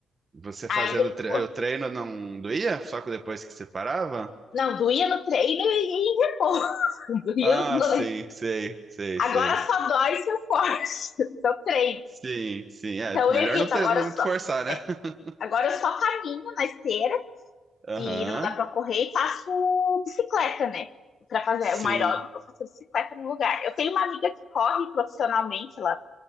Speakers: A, on the right; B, on the left.
A: Você
B: Aí
A: fazendo
B: depois.
A: tre o treino não doía? Só que depois que você parava?
B: Não, doía no treino e em repouso. <laughs> Doía
A: Ah,
B: os dois.
A: sim, sei, sei,
B: Agora
A: sei.
B: só dói se eu forço, se eu treino.
A: Sim, sim. É,
B: Então
A: melhor
B: eu evito,
A: não ter,
B: agora
A: não
B: eu só.
A: forçar, né?
B: é,
A: <laughs>
B: agora eu só caminho na esteira
A: Aham,
B: e não dá pra correr e faço bicicleta, né? Pra fazer
A: sim.
B: o aeróbico, eu faço bicicleta no lugar. Eu tenho uma amiga que corre profissionalmente, ela